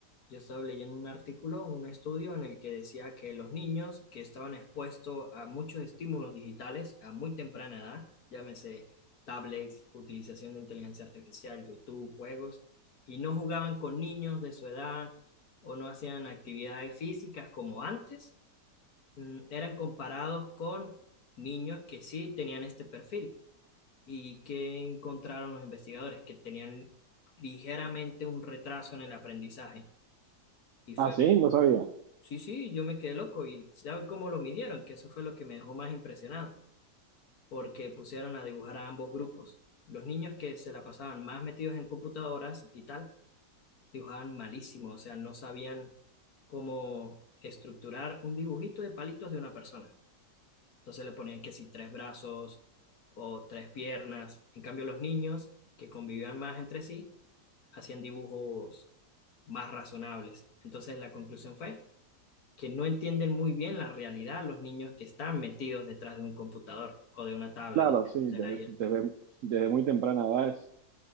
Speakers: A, on the left; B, on the right.
A: Yo estaba leyendo un artículo, un estudio en el que decía que los niños que estaban expuestos a muchos estímulos digitales a muy temprana edad, llámese tablets, utilización de inteligencia artificial, YouTube, juegos, y no jugaban con niños de su edad o no hacían actividades físicas como antes, mm, eran comparados con niños que sí tenían este perfil. ¿Y que encontraron los investigadores? Que tenían ligeramente un retraso en el aprendizaje y
B: Ah,
A: fue
B: sí, no sabía.
A: Sí, sí, yo me quedé loco y ¿sabe cómo lo midieron? Que eso fue lo que me dejó más impresionado, porque pusieron a dibujar a ambos grupos. Los niños que se la pasaban más metidos en computadoras y tal, dibujaban malísimo, o sea, no sabían cómo estructurar un dibujito de palitos de una persona. Entonces le ponían que si tres brazos o tres piernas. En cambio, los niños que convivían más entre sí hacían dibujos más razonables. Entonces la conclusión fue que no entienden muy bien la realidad los niños que están metidos detrás de un computador o de una tablet
B: Claro,
A: o
B: sí,
A: de
B: desde,
A: la IA.
B: desde, desde muy temprana edad es-